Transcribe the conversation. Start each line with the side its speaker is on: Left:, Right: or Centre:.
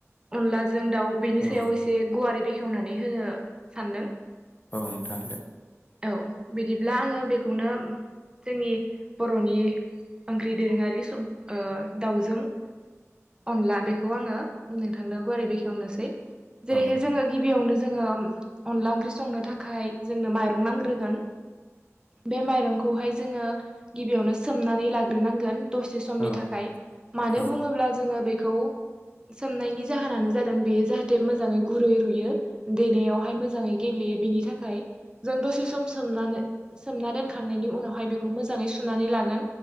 Right: अनलाजों दाउ बेनि
Left: औ
Right: सायाव एसे गुवारै बेखे वनानै होनो सानदों
Left: औ नोंथां
Right: औ बिदिब्ला आङो बेखौनो। जोंनि बर'नि ओंख्रि दोरोङारि ओ- दाउजों। अनला बेखौ आङो नोंथांनो गुवारै बेखेवनोसै। जेरैहाय
Left: औ
Right: जोङो गिबियावनो जोङो अनला ओंख्रि संनो थाखाय जोंनो। माइं नांग्रोगोन बे माइंखौहाय जोंङो। गिबियावनो सोमनानै लाग्रोनांगोन दसे समनि
Left: औ औ
Right: थाखाय मानो
Left: औ उम औ
Right: बुंङोब्ला जोंङो बेखौ। सोमनायनि जाहोनानो, जादों बेयो जाहाथे मोजांङै गुरै रुइयो देनायावहाय मोजांङै गेलेयो बिनि थाखाय। जों दसे सम सोमनानै सोमना दोनखांनायनि उनावहाय बेखौ मोजांङै सुनानै लागोन